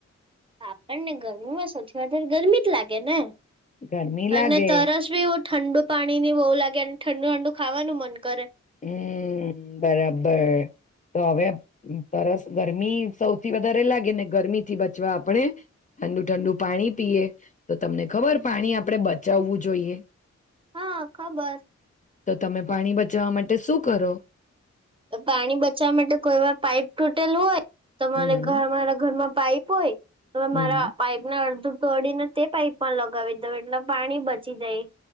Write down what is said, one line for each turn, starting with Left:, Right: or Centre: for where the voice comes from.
Right: આપણને ગરમીમાં સૌથી વધારે ગરમી જ લાગે ને.
Left: ગરમી લાગે
Right: અને તરસ બી. ઠંડુ પાણી ની બહુ લાગે અને ઠંડુ ઠંડુ ખાવાનું મન કરે.
Left: હમ બરાબર, તો હવે તસ ગરમી સૌથી વધારે લાગે ને ગરમીથી બચવા આપણે, ઠંડુ ઠંડુ પાણી પીએ, તો તમને ખબર પાણી આપણેે બચાવવું જોઈએ.
Right: હા ખબર.
Left: તો તમે પાણી બચાવવા માટે શું કરો?
Right: પાણી બચવા માટે કોઈ વાર પાઈપ તૂટેલું હોય તમારે
Left: હમ
Right: ઘ મારા ઘર માં પઈપ હોય. હવે
Left: હમ
Right: મારા પાઈપ ના અડધો દોડીને તે પાઈપ માં લગાવી દઉ એટલે પાણી બચી જાય.